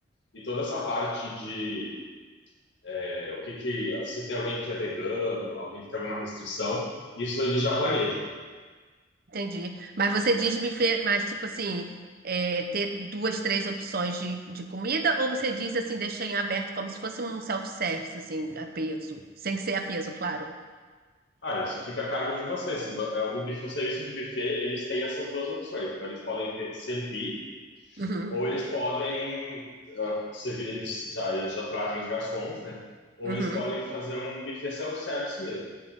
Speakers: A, on the left (about 70°); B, on the right (about 55°).
A: e toda essa parte de é, o que que se tem alguém que é vegano, alguém que tem alguma restrição, isso eles já planejam.
B: entendi. Mas você diz buffet, mas tipo assim, é, ter duas, três opções de, de comida, ou você diz assim, deixa em aberto como se fosse um self-service, assim, a peso, sem ser a peso, claro.
A: Ah, isso fica a cargo de vocês. Se vo- é, O buf- o serviço de buffet, eles têm essas duas opções. Então, eles podem ter- servir
B: Uhum,
A: ou eles podem ah, servir, eles já, eles já trazem os garçons, né? Ou
B: uhum.
A: eles podem fazer um buffet self-service mesmo.